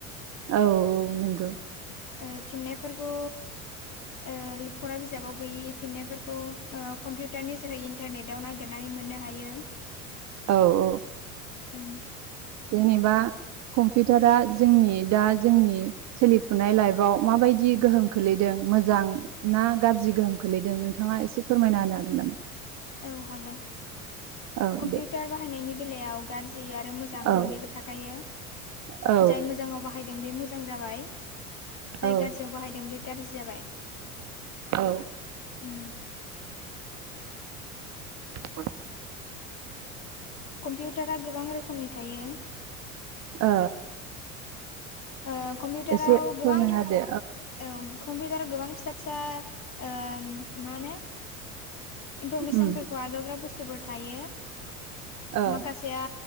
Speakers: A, on the right; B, on the left.
A: औ औ नंगौ
B: ओ फिननायफोरखौ ओ फरा बिजाबाव गैयि फिननायफोरखौ ओ कम्पिउटारनि जोहै इन्टारनेटाव नागिरनानै मोननो हायो
A: औ
B: ओम
A: जेनेबा कम्पिउटारा जोंनि दा जोंनि सोलिफुनाय लाइफआव माबायदि गोहोम खोलैदों मोजां ना गाज्रि गोहोम खोलैदों नोंथाङा एसे फोरमायना होनो हागोन नामा?
B: औ हागोन
A: औ
B: कम्पिउटार
A: दे
B: बाहायनायनि बेलायाव गाज्रि आरो मोजां
A: औ
B: मोननैबो थाखायो
A: औ
B: जाय मोजाङाव बाहायदों बे मोजां जां जाबाय
A: औ
B: गाज्रियाव बाहायदों बे गाज्रि जाबाय
A: औ
B: उम
A: <unintelligible>
B: कम्पिउटारा गोबां रोखोमनि थायो
A: ओ
B: ओ कम्पिउटाराव
A: एसे
B: गोबां
A: फोरमायना होदो
B: औ कम्पिउटाराव गोबां फिसा फिसा ओ मा होनो इनफरमेसनफोरखौ
A: उम
B: आजावग्रा बुस्थुफोर थायो
A: ओ
B: माखासे सेया